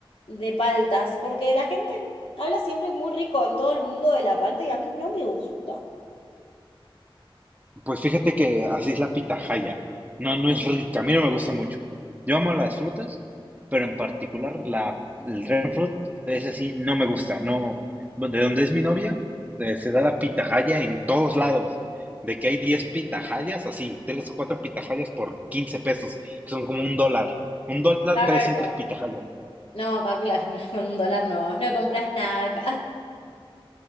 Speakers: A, on the left (about 75°); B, on the right (about 15°).
A: de paltas, porque la gente habla siempre muy rico en todo el mundo de la palta y a mí no me gusta.
B: Pues fíjate que así es la pitahaya. No, no es rica. A mí no me gusta mucho. Yo amo las frutas, pero en particular la, el dragon fruit es así, no me gusta. No, de donde es mi novia, eh, se da la pitahaya en todos lados. De que hay 10 pitahayas, así, 3 o 4 pitahayas por 15 pesos, que son como un dólar. Un dólar,
A: Claro.
B: 3 5 pitahayas.
A: No, acá, claro, <laughs> con un dólar no, no compras nada acá.